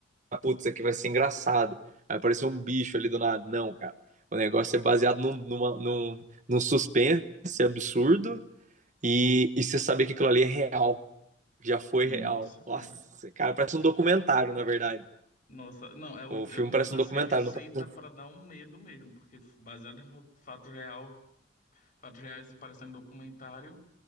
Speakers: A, on the right; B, on the left.
A: putz, isso aqui vai ser engraçado. Aí apareceu um bicho ali do nada. Não, cara. O negócio é baseado num, numa, num, num suspense absurdo e, e você saber que aquilo ali é real. já foi real.
B: Nossa, cara.
A: Nossa, cara, parece um documentário, na verdade.
B: Nossa, não, é, o,
A: O
B: é
A: filme
B: o,
A: parece
B: assim,
A: um documentário.
B: a receita
A: não parece-
B: para dar um medo mesmo, porque baseado em fa- fato real, fatos reais e parecendo documentário.